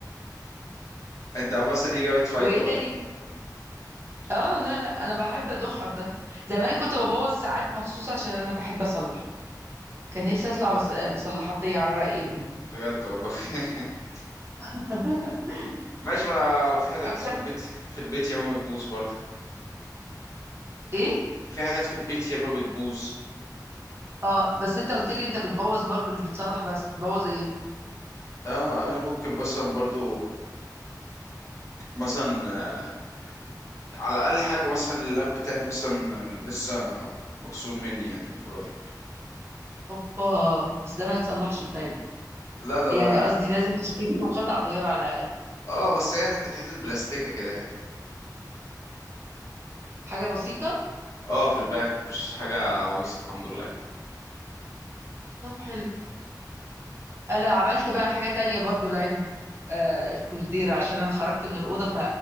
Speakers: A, on the left; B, on the right.
A: الدعبسة دي جابت فايدة
B: وايه
A: برضه
B: تاني اه لا لا انا بحب ادوخها ده زمان كنت ببوظ ساعات مخصوص عشان انا بحب اصلح كان نفسي اطلع مس- مصلحاتيه على راي ابني
A: بجد والله <laughs>
B: <laughs>
A: ماشي بقى في حاجات
B: اكتر
A: في البيت في البيت ياما بتبوظ برضه
B: ايه
A: في حاجات في البيت ياما بتبوظ
B: آه، بس انت قلت لي انت بتبوظ برضه مش بتصلح بس بتبوظ ايه
A: اه انا ممكن مثلا برضه مثلا آه، على اقل حاجة مثلا اللاب بتاعي مثلا آه، لسه مكسور مني يعني من قريب
B: اوبا بس ده ما يتصلحش بتاعي
A: لا ده
B: يعني
A: بقى
B: قصدي لازم تشتري له قطع غيار على الاقل
A: اه بس هي كانت حتة بلاستيكة كده يعني
B: حاجه بسيطه
A: اه في الباغ مش حاجة عويصة الحمد لله
B: طب حلو انا عملت بقى حاجة تانية برضو لعلم آه الكولدير عشان انا خرجت من الأوضة